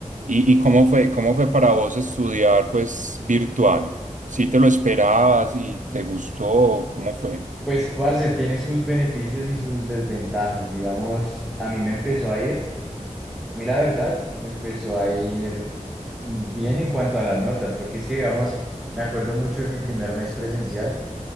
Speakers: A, on the right (about 70°); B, in the centre.
A: ¿Y, y cómo fue, cómo fue para vos estudiar, pues, virtual? ¿Sí te lo esperabas y te gustó? ¿Cómo fue?
B: Pues, parce, tiene sus beneficios y sus desventajas. Digamos, a mí me empezó a ir, a mí la verdad, me empezó a ir bien en cuanto a las notas, porque es que, digamos, me acuerdo mucho de mi primer mes presencial.